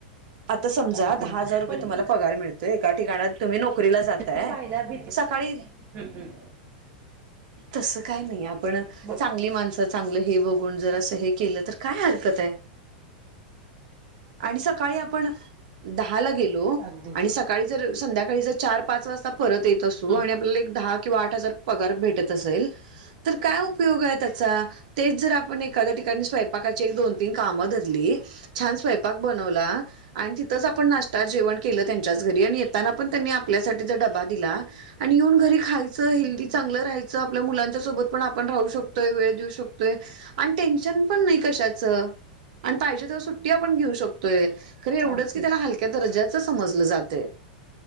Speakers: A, on the right; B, on the right.
A: आता समजा
B: अगदीच
A: दहा हजार रुपये
B: पण
A: तुम्हाला पागार मिळ तोय एका ठिकाण तुम्ही नोकरीला जाताय
B: जज व्हायला भीती
A: सकाळी
B: हम्म हम्म
A: तसं काय नाही आपण.
B: बर!
A: चांगली माणसं, चांगलं हे बघून जर असं हे केलं तर काय हरकत आहे, आणि सकाळी आपण दहा ला गेलो. गेलो
B: अगदीच
A: आणि सकाळीच जर संध्याकाळी जर चार पाच वाजता परत येत असू,
B: हम्म
A: आणि आपल्याला एक दहा किंवा आठ हजार पगार भेटत असेल. तर काय उपयोग आहे त्याचा, तेच जर आपण एखाद्या ठिकाणी स्वयपाक स्वयंपाकाची एक दोन, तीन, काम धरली
B: अगदी
A: छान स्वयंपाक बनवला. आणि तिथंच आपण नाश्ता जेवण केलं त्यांच्याच घरी, आणि येताना पण त्यांनी आपल्यासाठी जर डबा दिला. आणि येऊन घरी खायचं, हेल्दी चांगलं राहायचं, आपल्या मुलांच्या सोबत पण आपण राहू शकतोय वेळ देऊ शकतोय. आण टेन्शन पण नाही कशाच, अन् पाहिजे तेव्हा सुट्टी आपण घेऊ शकतोय, खर एवढच
B: अगदीच
A: की त्याला हल क्या दर्जाचं समजलं जातंय.